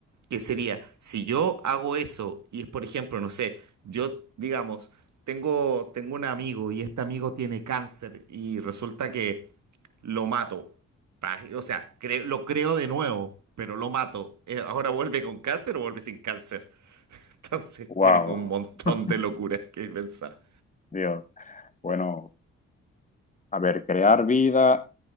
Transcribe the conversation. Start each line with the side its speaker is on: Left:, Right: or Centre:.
Right: que sería, si yo hago eso y es, por ejemplo, no sé, yo, digamos, tengo, tengo un amigo y este amigo tiene cáncer y resulta que lo mato. Pa- O sea, cre- lo creo de nuevo, pero lo mato. Eh, ¿Ahora vuelve con cáncer o vuelve sin cáncer? <laughs> Entonces
Left: Wow.
Right: tienes un montón
Left: <laughs>
Right: de locuras que pensar.
Left: Dios. Bueno, a ver, crear vida,